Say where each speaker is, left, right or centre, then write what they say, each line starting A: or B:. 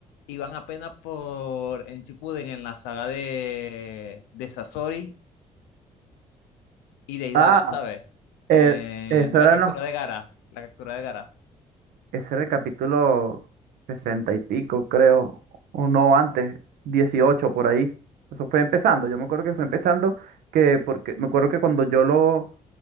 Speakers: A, on the left; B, on the right.
A: iban apenas por en Shippuden, en la saga de, de Sasori y Deidara,
B: Ah,
A: ¿sabes?
B: eh,
A: Eh,
B: eso
A: en la
B: eran
A: captura
B: los,
A: de Gara, la captura de Gara.
B: ese era el capítulo sesenta y pico, creo, o no antes, 18 por ahí. Eso fue empezando, yo me acuerdo que fue empezando, que porque me acuerdo que cuando yo lo,